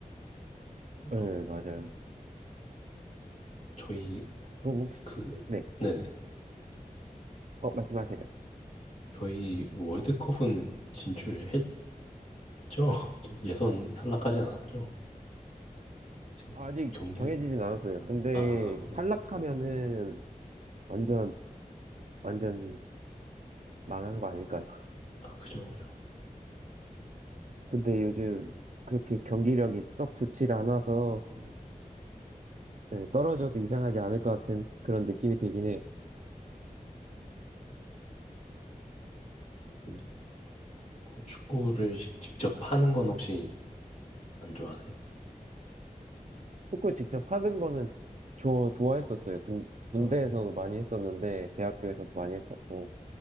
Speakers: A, on the left (about 55°); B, on the right (about 55°).
A: 어,
B: 네, 맞아요.
A: 저희,
B: 그럼 혹시
A: 그,
B: 네,
A: 네네.
B: 어, 말씀하세요.
A: 저희 월드컵은 진출을 했죠? <laughs> 이제 예선 탈락하진 않았죠? 지금
B: 아직
A: 경기를,
B: 정해지진 않았어요. 근데
A: 아, 네.
B: 탈락하면은 완전 완전 망한 거 아닐까요?
A: 아, 그죠, 그죠.
B: 근데 요즘
A: 음,
B: 그렇게 경기력이 썩 좋질 않아서
A: 아,
B: 네, 떨어져도 이상하지 않을 것 같은 그런 느낌이 들긴 해요.
A: 음, 뭐 축구를 시- 직접 하는 건 혹시 안 좋아하세요?
B: 축구 직접 하는 거는 좋아
A: 네.
B: 좋아했었어요. 군, 군대에서도
A: 음,
B: 많이 했었는데 대학교에서도 많이 했었고.